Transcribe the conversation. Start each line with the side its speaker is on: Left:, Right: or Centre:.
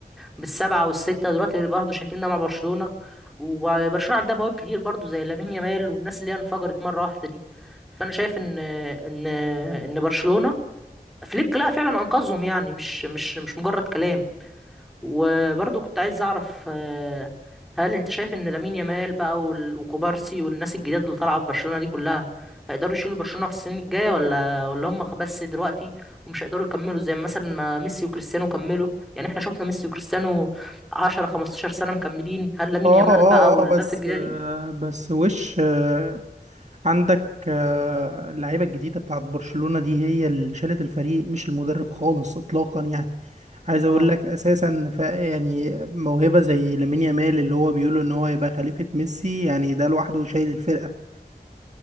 Centre: بالسبعة والستة دلوقتي برضه شايفيننا مع برشلونة وبرشلونة عندها مواهب كتير برضه زي لامين يامال والناس اللي هي انفجرت مرة واحدة دي فأنا شايف إن إن إن برشلونة فليك لا فعلا أنقذهم يعني مش مش مش مجرد كلام وبرضو كنت عايز اعرف آه، هل انت شايف ان لامين يامال بقى وال- وكوبارسي والناس الجديده اللي طالعه في برشلونه دي كلها هيقدروا يشيلوا برشلونه في السنين الجايه ولا ولا هم بس دلوقتي ومش هيقدروا يكملوا زي مثلا ما ميسي وكريستيانو كملوا يعني احنا شفنا ميسي وكريستيانو 10 15 سنه مكملين هل لامين
Right: اه
Centre: يامال
Right: اه
Centre: بقى والناس
Right: اه بس
Centre: الجديده
Right: آه
Centre: دي
Right: بس وش آه عندك آه اللعيبه الجديده بتاعت برشلونه دي هي اللي شالت الفريق مش المدرب خالص اطلاقا يعني عايز اقول
Centre: اه
Right: لك اساسا ف يعني موهبه زي لامين يامال اللي هو بيقولوا ان هو يبقى خليفه ميسي يعني ده لوحده شايل الفرقه